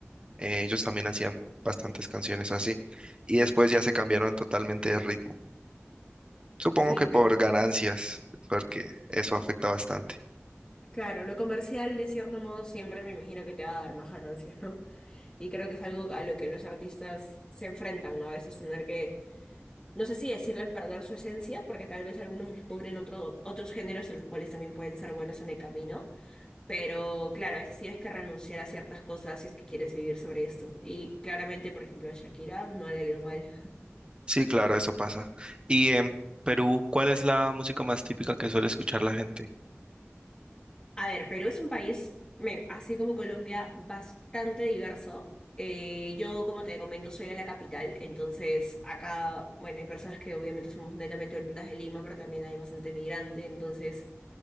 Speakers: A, on the right; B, on the left.
A: eh, ellos también hacían bastantes canciones así. Y después ya se cambiaron totalmente de ritmo. Supongo
B: Sí,
A: que
B: bueno.
A: por ganancias, porque eso afecta bastante.
B: Claro, lo comercial de cierto modo siempre me imagino que te va a dar más ganancias, ¿no? Y creo que es algo a lo que los artistas se enfrentan, ¿no? A veces tener que, no sé si decirle perder su esencia, porque tal vez algunos descubren otro, otros géneros en los cuales también pueden ser buenos en el camino, pero claro, a veces sí es que renunciar a ciertas cosas si es que quieres vivir sobre esto. Y claramente, por ejemplo, a Shakira no le ha ido mal.
A: Sí, claro, eso pasa. Y en Perú, ¿cuál es la música más típica que suele escuchar la gente?
B: A ver, Perú es un país, men, así como Colombia, bastante diverso. Eh, yo, como te comento, soy de la capital, entonces acá, bueno, hay personas que obviamente somos netamente oriundas de Lima, pero también hay bastante migrante, entonces